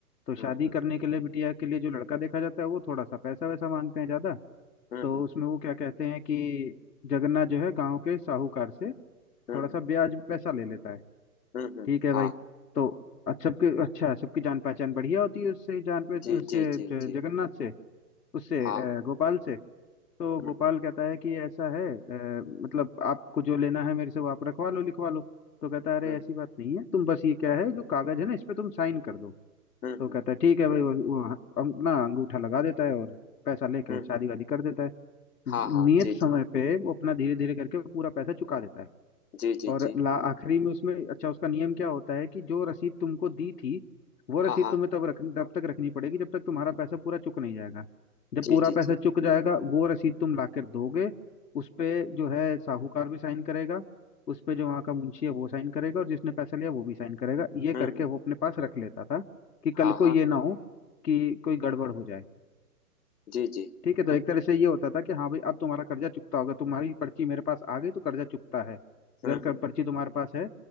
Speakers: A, on the left; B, on the left.
A: तो शादी
B: हम्म हम्म
A: करने के लिए बिटिया के लिए जो लड़का देखा जाता है वो थोड़ा सा पैसा वैसा मांगते हैं ज्यादा
B: हम्म
A: तो
B: हम्म
A: उसमें वो क्या कहते हैं कि जगन्नाथ जो है गांव के साहूकार से
B: हम्म
A: थोड़ा
B: हम्म
A: सा ब्याज पैसा ले लेता है
B: हम्म हम्म,
A: ठीक है भाई
B: हाँ
A: तो अच्छा सबके अच्छा सबकी जान पहचान बढ़िया होती है उससे जान पे
B: जी
A: उससे
B: जी जी
A: ज-
B: जी
A: जगन्नाथ से उससे
B: हाँ
A: अ, गोपाल से तो
B: हम्म
A: गोपाल
B: हम्म
A: कहता है कि ऐसा है अ, मतलब आपको जो लेना है मेरे से वो आप रखवा लो लिखवा लो तो कहता है अरे
B: हम्म
A: ऐसी बात नहीं है तुम बस ये क्या है जो कागज है ना इस पे तुम साइन कर दो
B: हम्म हम्म
A: तो
B: हम्म।
A: कहता है ठीक है भाई वो, वो अंग- ना अंगूठा लगा देता है और पैसा लेके
B: हम्म
A: शादी वादी कर देता है नियत
B: हाँ हाँ जी
A: समय
B: जी
A: पे वो अपना धीरे धीरे करके पूरा पैसा चुका देता है
B: जी जी
A: और
B: जी
A: ला आखिरी में उसमें अच्छा उसका नियम क्या होता है कि जो रसीद तुमको दी थी वो रसीद
B: हाँ हाँ
A: तुम्हें तब रखनी तब तक रखनी पड़ेगी जब तक तुम्हारा पैसा पूरा चुक नहीं जाएगा जब
B: जी
A: पूरा
B: जी
A: पैसा
B: जी
A: चुक जाएगा वो रसीद तुम लाकर दोगे उस पे जो है साहूकार भी साइन करेगा उस पे जो वहाँ का मुंशी है वो साइन करेगा और जिसने पैसा लिया वो भी साइन करेगा ये
B: हम्म
A: करके
B: हम्म
A: वो अपने पास रख लेता था कि कल
B: हाँ हाँ
A: को ये ना हो कि कोई गड़बड़ हो जाए
B: जी जी
A: ठीक है तो एक तरह से ये होता था कि हाँ भाई अब तुम्हारा कर्जा चुकता होगा तुम्हारी पर्ची मेरे पास आ गई तो कर्जा चुकता है अगर
B: हम्म
A: कर,
B: हम्म
A: पर्ची तुम्हारे पास है